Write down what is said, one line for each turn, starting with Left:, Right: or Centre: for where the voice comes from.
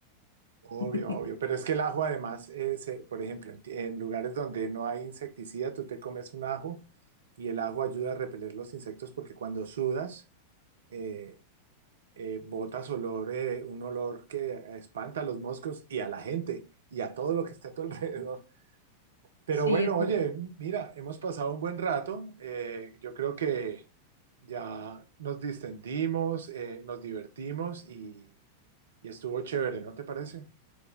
Right: obvio,
Left: <laughs>
Right: obvio. Pero es que el ajo además, es, eh, por ejemplo, en, ti- en lugares donde no hay insecticida, tú te comes un ajo y el ajo ayuda a repeler los insectos porque cuando sudas, eh, eh, botas olor, eh, un olor que espanta a los moscos y a la gente y a todo lo que está a tu <laughs> alrededor. Pero
Left: sí,
Right: bueno,
Left: es fuerte.
Right: oye, mira, hemos pasado un buen rato. eh, yo creo que ya nos distendimos, eh, nos divertimos y, y estuvo chévere, ¿no te parece?